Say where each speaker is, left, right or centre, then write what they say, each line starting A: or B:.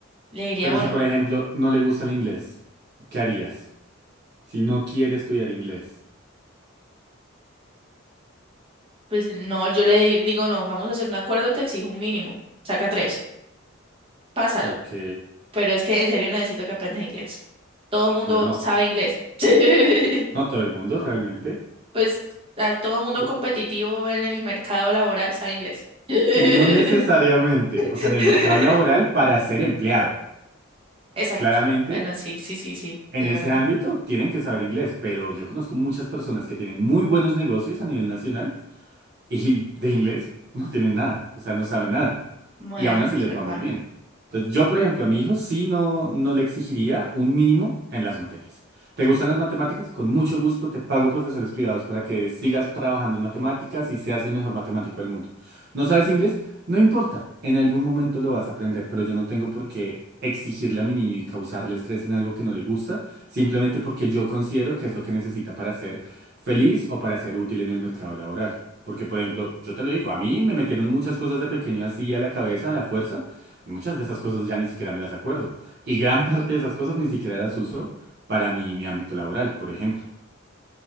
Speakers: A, on the right (about 25°); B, on the right (about 50°).
A: Le diría,
B: Pero
A: bueno,
B: si, por ejemplo, no le gusta el inglés, ¿qué harías? Si no quiere estudiar inglés.
A: pues no, yo le digo, no, vamos a hacer un acuerdo, te exijo un mínimo, saca tres, pásalo,
B: Ok,
A: pero es que en serio necesito que aprendas inglés. Todo el mundo
B: bueno,
A: sabe inglés. <laughs>
B: no todo el mundo realmente.
A: Pues a todo mundo
B: Cu-
A: competitivo en el mercado laboral sabe inglés. <laughs> <laughs>
B: No necesariamente. O sea, en el mercado laboral para ser empleado.
A: Exacto.
B: Claramente.
A: Bueno, sí, sí, sí, sí,
B: En
A: es
B: ese
A: verdad.
B: ámbito tienen que saber inglés, pero yo conozco muchas personas que tienen muy buenos negocios a nivel nacional y de inglés no tienen nada, o sea, no saben nada.
A: Bueno,
B: Y aún así
A: es
B: les
A: verdad.
B: va muy bien. Entonces, yo, por ejemplo, a mi hijo sí no, no le exigiría un mínimo en las materias. ¿Te gustan las matemáticas? Con mucho gusto te pago profesores privados para que sigas trabajando en matemáticas y seas el mejor matemático del mundo. ¿No sabes inglés? No importa, en algún momento lo vas a aprender, pero yo no tengo por qué exigirle a mi niño y causarle estrés en algo que no le gusta, simplemente porque yo considero que es lo que necesita para ser feliz o para ser útil en el mercado laboral. Porque, por ejemplo, yo te lo digo, a mí me metieron muchas cosas de pequeño así a la cabeza, a la fuerza. Muchas de esas cosas ya ni siquiera me las acuerdo. Y gran <laughs> parte de esas cosas ni siquiera las uso para mi, mi ámbito laboral, por ejemplo.